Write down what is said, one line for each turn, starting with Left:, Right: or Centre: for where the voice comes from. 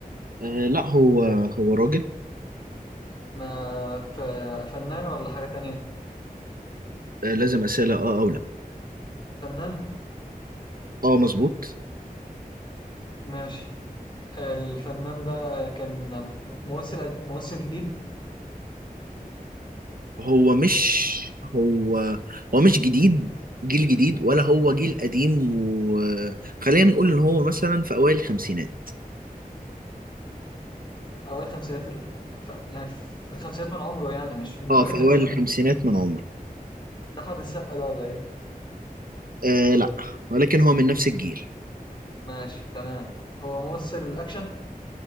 Right: آه، لا هو هو راجل
Left: ما ف... فنان ولا حاجة تانية؟
Right: آه، لازم أسئلة اه او لا
Left: فنان
Right: اه مظبوط
Left: ماشي الفنان ده كان ممثل ممثل جديد
Right: هو مش هو هو مش جديد جيل جديد ولا هو جيل قديم وخلينا نقول ان هو مثلا في اوائل الخمسينات
Left: أوائل الخمسينات ال... ف... يعني في الخمسينات من عمره يعني مش من
Right: اه
Left: أوائل
Right: في
Left: الخمسينات
Right: اوائل الخمسينات من عمره
Left: ده أحمد السقا ده ولا إيه؟
Right: آه لا ولكن هو من نفس الجيل
Left: ماشي تمام هو ممثل أكشن؟